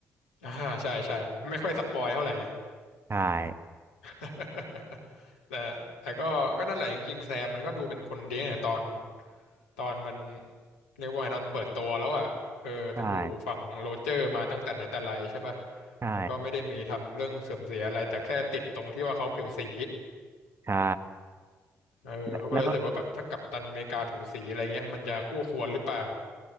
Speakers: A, on the left; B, on the right.
A: อ่าใช่ใช่มันไม่ค่อยสปอยเท่าไหร่เลย
B: ใช่
A: <laughs> แต่แต่ก็ก็นั่นแหละจริงๆแซมมันก็ดูเป็นคนดีเนี่ยตอนตอนมันเรียกว่าไงตอนเปิดตัวแล้วอ่ะเออทั้งอยู่ฝั่งโรเจอร์มาตั้งแต่ไหนแต่ไรใช่ป่ะ
B: ใช่ใช่
A: แล้วก็ไม่ได้มีทำเรื่องเสื่อมเสียอะไรแต่แค่ติดตรงที่ว่าเขาผิวสี
B: ใช่
A: เออเขาก็เลยรู้สึกว่าแบบถ้ากัปตันอเมริกาผิวสีอะไรเงี้ยมันจะคู่ควรหรือเปล่า
B: แล้วแล้วก็